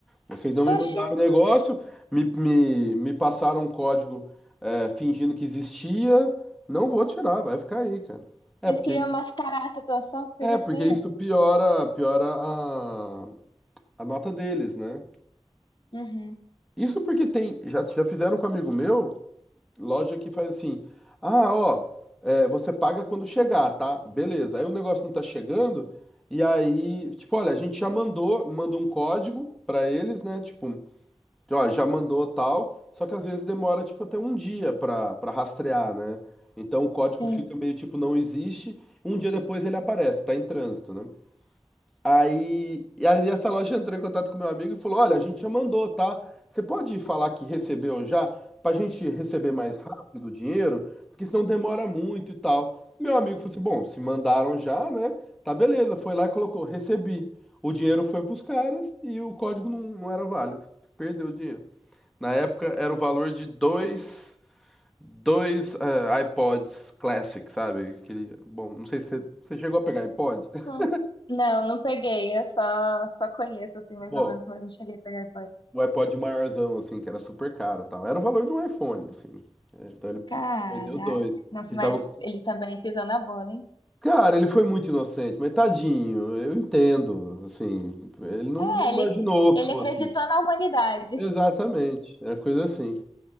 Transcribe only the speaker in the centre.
Vocês não me
mandaram o negócio, me, me, me passaram um código é, fingindo que existia. Não vou tirar, vai ficar aí, cara. É
porque,
é porque
isso piora, piora a, a nota deles, né?
Isso porque tem. Já, já fizeram com um amigo meu, loja que faz assim. Ah, ó, é, você paga quando chegar, tá? Beleza. Aí o negócio não tá chegando. E aí, tipo, olha, a gente já mandou, manda um código pra eles, né? Tipo. Ó, já mandou tal, só que às vezes demora tipo até um dia pra para rastrear, né? Então o código
fica meio tipo não existe, um dia depois ele aparece, tá em trânsito, né? Aí, e aí essa loja entrou em contato com meu amigo e falou: "Olha, a gente já mandou, tá? Você pode falar que recebeu já pra gente receber mais rápido o dinheiro, porque senão demora muito e tal". Meu amigo falou assim: "Bom, se mandaram já, né? Tá beleza". Foi lá e colocou: "Recebi". O dinheiro foi pros caras e o código não, não era válido. Perdeu o dinheiro. Na época era o valor de dois, dois eh, iPods Classic, sabe? Aquele, bom, não sei se você, você chegou a pegar iPod. <laughs>
Bom,
o iPod maiorzão, assim, que era super caro e tal. Era o valor de um iPhone, assim. É, então ele
perdeu dois.
Ele
tava...
Cara, ele foi muito inocente, mas tadinho, eu entendo, assim. Ele não
não imaginou
que fosse.
Exatamente, é coisa assim.